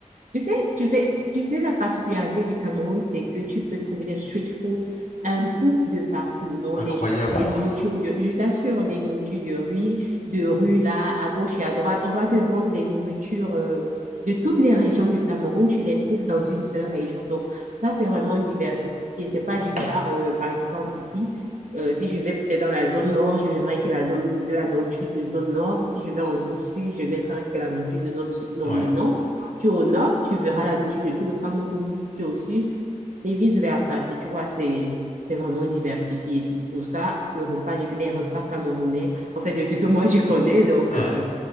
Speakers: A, on the right; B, on the left.
A: tu sais, tu sais, tu sais, la particularité du Cameroun, c'est que tu peux trouver les street food un peu de partout. Dans
B: Incroyable.
A: les, les nourritures de, je t'assure, les nourritures de rue, de rue là, à gauche et à droite, on va te vendre des nourritures euh, de toutes les régions du Cameroun. Tu les trouves dans une seule région. Donc, ça, c'est vraiment diversifié. C'est pas du genre, euh, par exemple, ici. euh, si je vais peut-être dans la zone nord, je ne verrai que la zone de la nourriture de zone nord. Si je vais en zone sud, je ne verrai que la nourriture de zone sud. Non,
B: Ouais,
A: mais non. Tu es au nord, tu verras l'amitié de tout le Cameroun. Tu es au sud et vice-versa. C'est, tu vois, c'est c'est vraiment diversifié. C'est pour ça, le repas du, les repas camerounais, en fait, de ce que moi je connais, donc
B: ouais.
A: euh,